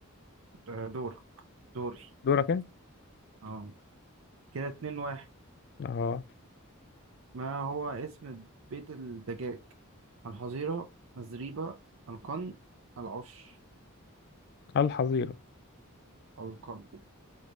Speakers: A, on the right; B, on the left.
A: آه، دورك دوري
B: دورك أنت
A: اه كده اتنين واحد
B: أه
A: ما هو اسم بيت الدجاج الحظيرة الزريبة القن العش
B: الحظيرة
A: القن